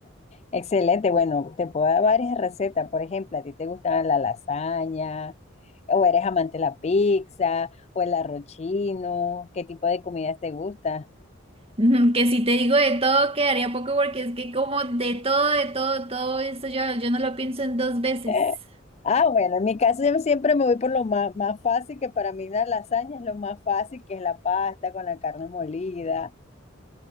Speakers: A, on the left; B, on the right.
A: Excelente, bueno, te puedo dar varias recetas. Por ejemplo, ¿a ti te gusta la lasaña? ¿O eres amante de la pizza? ¿O el arroz chino? ¿Qué tipo de comidas te gusta?
B: Mm, Que si te digo de todo quedaría poco porque es que como de todo, de todo, todo eso yo, yo no lo pienso en dos veces.
A: <laughs> Ah, bueno, en mi caso yo siempre me voy por lo más, más fácil, que para mí la lasaña es lo más fácil, que es la pasta con la carne molida.